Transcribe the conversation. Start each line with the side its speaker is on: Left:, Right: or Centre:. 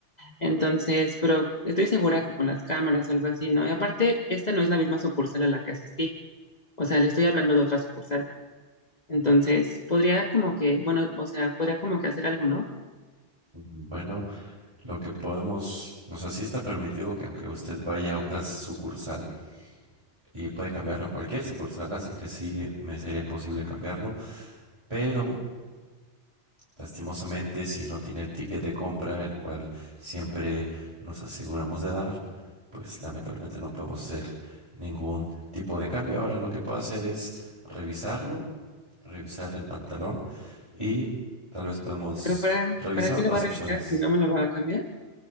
Left: Entonces, pero estoy segura que con las cámaras o algo así, ¿no? Y aparte, esta no es la misma sucursal a la que asistí, o sea, le estoy hablando de otras sucursales Entonces, podría como que, bueno, o sea, podría como que hacer algo, ¿no?
Right: Mm, Bueno, lo que podemos, o sea, sí está permitido que aunque usted vaya a otra sucursal y puede cambiarlo en cualquier sucursal, así que sí me sería posible cambiarlo, pero Lastimosamente, si no tiene el ticket de compra, el cual siempre nos aseguramos de dar, pues lamentablemente no podemos hacer ningún tipo de cambio. Ahora lo que puedo hacer es revisarlo, revisar el pantalón y tal vez podemos
Left: Pero ¿para,
Right: revisar
Left: para qué
Right: otras
Left: lo va a
Right: opciones.
Left: revisar si no me lo va a cambiar?